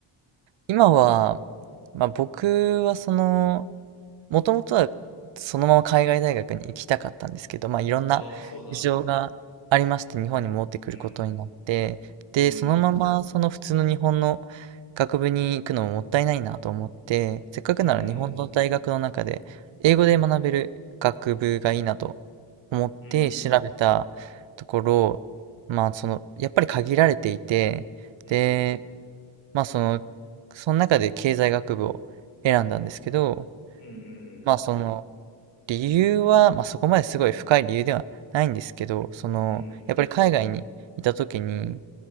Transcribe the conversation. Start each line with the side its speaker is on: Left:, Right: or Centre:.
Right: 今は、まあ僕はその、もともとはそのまま海外大学に行きたかったんですけど、まあ、いろんな事情がありまして、
Left: ああー、そうなんだ。
Right: 日本に戻ってくることになって、
Left: うん、
Right: で、
Left: うん、
Right: そのままその普通の日本の学部に行くのももったいないなと思って、せっかくなら日本の大学の中で英語で学べる学部がいいなと
Left: うん、
Right: 思って調べたところ、
Left: うん、
Right: まあ、その、やっぱり限られていて、
Left: うん、
Right: で、まあ、その、その中で経済学部を選んだんですけど、
Left: うん、うん、
Right: まあ、その、理由は、まあ、そこまですごい深い理由ではないんですけど、その、
Left: うん。
Right: やっぱり海外にいた時に、